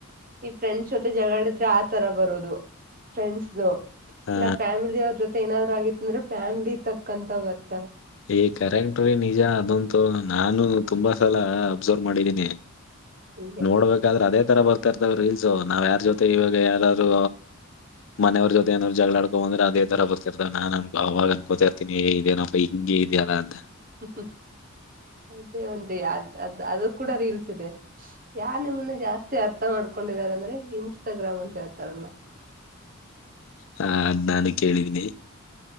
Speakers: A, on the right; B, on the left.
A: ಈ ಫ್ರೆಂಡ್ಸ್ ಜೊತೆ ಜಗಳಡಿದ್ರೆ ಆ ತರ ಬರೋದು ಫ್ರೆಂಡ್ಸ್ ಇಲ್ಲ
B: ಹಾ
A: ಫ್ಯಾಮಿಲಿ ಅವ್ರ್ ಜೊತೆ ಏನಾದ್ರು ಆಗಿತ್ ಅಂದ್ರೆ ಫ್ಯಾಮಿಲಿ ತಕ್ಕಂತ ಬರ್ತಾವ.
B: ಈ ಕರೆಕ್ಟ್ ರೀ ನಿಜ ಅದಂತೂ ನಾನು ತುಂಬಾ ಸಲ ಒಬ್ಸರ್ವ್ ಮಾಡಿದ್ದೀನಿ
A: ಹಿಂಗೆ
B: ನೋಡ್ಬೇಕ್ ಹಾಗಾದ್ರೆ ಅದೇ ತರ ಬರ್ತಾ ಇರ್ತಾವ ರೀಲ್ಸ್ ನಾವ ಯಾರ ಜೊತೆ ಇವಾಗ ಯಾರಾದ್ರು. ಮನವ್ರ ಜೊತೆ ಏನರು ಜಗಳಾಡ್ಕೋ ಅಂದ್ರ ಅದೇ ತರ ಬರ್ತಿರ್ತಾವ ನಾನ ಅವಾಗ ಅನ್ಕೋತಾರ್ತೀನಿ ಇದೆ ಏನಪ್ಪ <unintelligible> ಗಿ ಇದಿಯಲ್ಲ ಅಂತ
A: ಹ್ಮ ಅದೇ ಒನ್ರಿ ಅದ್ ಅದು ಅದು ಕೂಡ ರೀಲ್ಸ್ ಇದೆ ಯಾರ್ ನಿಮನ್ನ ಜಾಸ್ತಿ ಅರ್ಥ ಮಾಡ್ಕೊಂಡಿದಿದ್ದಾರೆ ಅಂದ್ರೆ ಇನ್ಸ್ಟಾಗ್ರಾಮ್ ಅಂತ ಹೇಳ್ತಾರಲ್ಲ
B: ಹ ಅದ್ ನಾನು ಕೇಳಿದಿನಿ